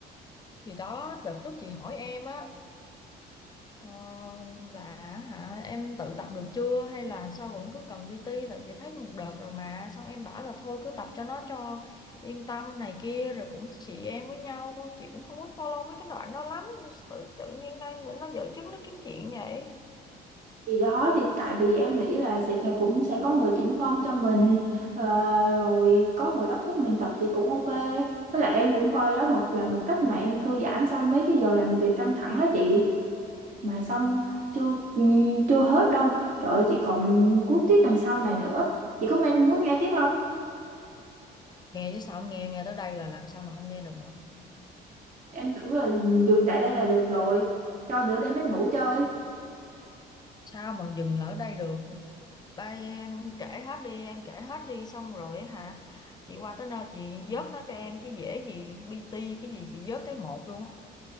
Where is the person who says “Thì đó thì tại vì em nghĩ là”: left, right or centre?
Right